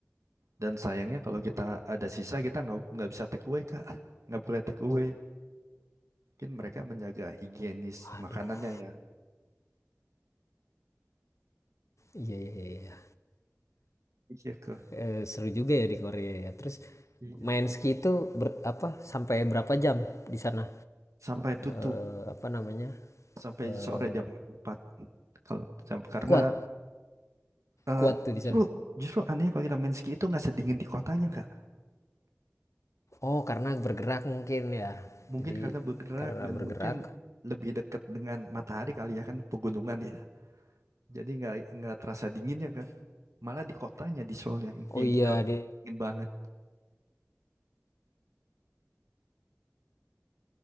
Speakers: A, on the right; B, on the left.
A: Dan sayangnya kalau kita ada sisa kita nggak nggak bisa take away Kak. Nggak boleh take away. Mungkin mereka menjaga higienis
B: aduh,
A: makanannya ya.
B: iya iya iya. iya.
A: Iya kok.
B: eh, seru juga ya di Korea ya. Terus
A: Iya.
B: main ski itu ber- apa sampai berapa jam di sana?
A: Sampai tutup
B: Eh, apa namanya?
A: sampai
B: Eh,
A: sore jam empat Kalau jam- karena
B: kuat,
A: eh,
B: kuat tuh di
A: justru
B: sana.
A: justru aneh kalau kita main ski itu nggak sedingin di kotanya Kak.
B: Oh, karena bergerak mungkin ya.
A: Mungkin
B: Jadi
A: karena bergerak
B: karena
A: dan
B: bergerak.
A: mungkin lebih dekat dengan matahari kali ya kan pegunungan ya. Jadi nggak nggak terasa dinginnya Kak. Malah di kotanya di Seoul yang
B: Oh
A: yang
B: iya,
A: kita
B: dia
A: ingin banget.